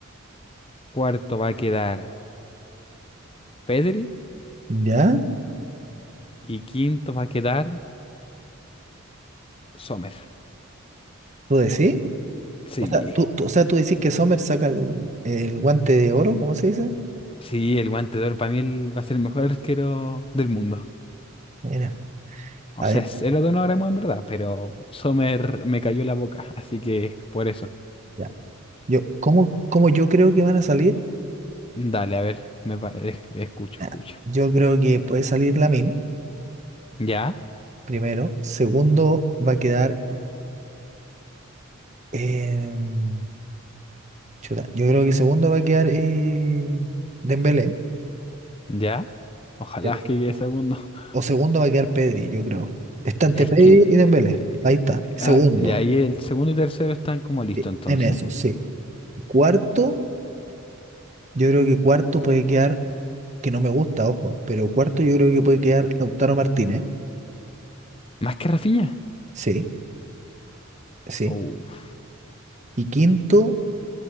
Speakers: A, on the left; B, on the right.
A: Cuarto va a quedar Pedri.
B: ¿Ya?
A: Y quinto va a quedar Sommer.
B: ¿Tú decís?
A: Sí.
B: O sea, tú, tú- o sea, tú decís que Sommer saca el, el guante de oro, ¿cómo se dice?
A: Sí, el guante de oro para mí el- va a ser el mejor arquero del mundo.
B: Mira,
A: O
B: a
A: sea,
B: ver,
A: es el otro no ahora en verdad, pero Sommer me cayó la boca, así que por eso.
B: ya. Yo, ¿cómo, cómo yo creo que van a salir?
A: Dale, a ver, me pa- es- escucho,
B: Ah,
A: escucho.
B: Yo creo que puede salir Lamin
A: ¿Ya?
B: primero. Segundo, va a quedar. em, Chuta, yo creo que segundo va a quedar eh, Dembélé.
A: ¿Ya? Ojalá
B: eh,
A: que quede segundo. <laughs>
B: O segundo va a quedar Pedri, yo creo. Está entre
A: Es
B: Pedri
A: que...
B: y Dembélé. Ahí está. Segundo.
A: Ah, y ahí el segundo y tercero están como listos
B: eh,
A: entonces.
B: En eso, sí. Cuarto, yo creo que cuarto puede quedar, que no me gusta, ojo, pero cuarto yo creo que puede quedar Lautaro Martínez.
A: ¿Más que Rafinha?
B: Sí, sí.
A: Uf,
B: Y quinto,